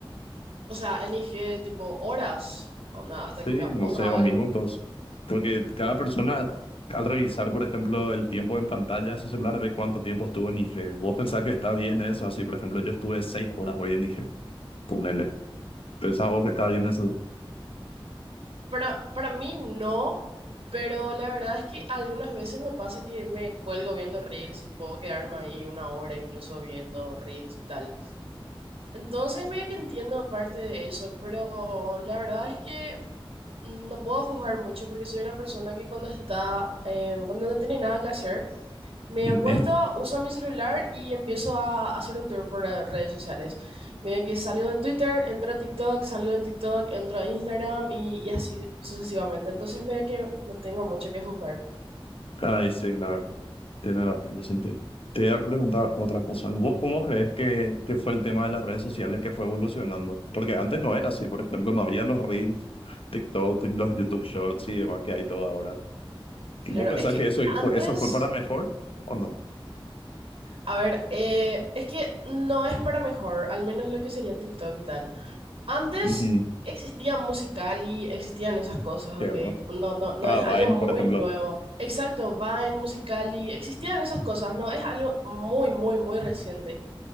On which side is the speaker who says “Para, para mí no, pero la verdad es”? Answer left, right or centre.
Right